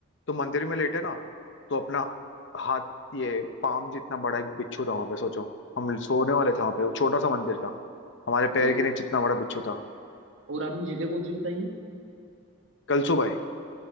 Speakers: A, on the left; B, on the right.
A: तो मंदिर में लेटे ना तो अपना हाथ ये पाम जितना बड़ा एक बिच्छू था वहां पे सोचो हम सोने वाले थे वहां पे वो छोटा सा मंदिर था हमारे
B: अरे
A: पैर के नीचे इतना बड़ा बिच्छू था
B: और आपने जगह कौन सी बताई है
A: कलसू भाई